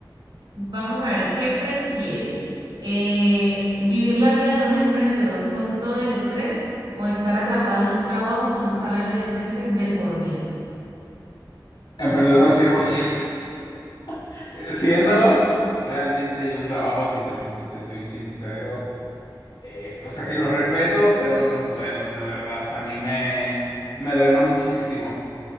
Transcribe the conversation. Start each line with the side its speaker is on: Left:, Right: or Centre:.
Right: vamos a ver, ¿qué prefieres? Eh, ¿vivir la vida de un emprendedor con todo el estrés o estar atrapado en un trabajo con un salario decente de por vida?
Left: Emprendedor cien por ciento <laughs> Siéndolo, realmente yo un trabajo, si te, si te si te soy sincero, eh, o sea que lo respeto, pero no puedo, de verdad. O sea, a mí me, me drena muchísimo.